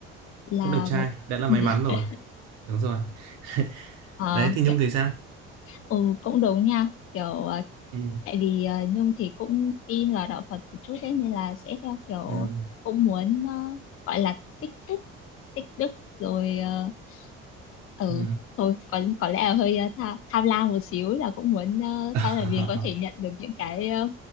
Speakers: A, on the left; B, on the right.
A: là
B: cũng đẹp trai
A: một
B: đã
A: <laughs>
B: là may mắn rồi đúng rồi <laughs>
A: ờ
B: đấy thì Nhung
A: cái-
B: thì sao
A: ừ, cũng đúng nha kiểu ờ,
B: ừ
A: tại vì ờ, Nhung thì cũng tin vào đạo Phật một chút đấy nên là sẽ theo kiểu
B: ừ
A: cũng muốn ờ, gọi là tích phúc tích đức rồi ờ, ừ
B: ừ
A: thôi có có lẽ là hơi ờ, tha, tham lam một xíu là cũng muốn ờ,
B: <laughs>
A: sau này mình có thể nhận được những cái ờ,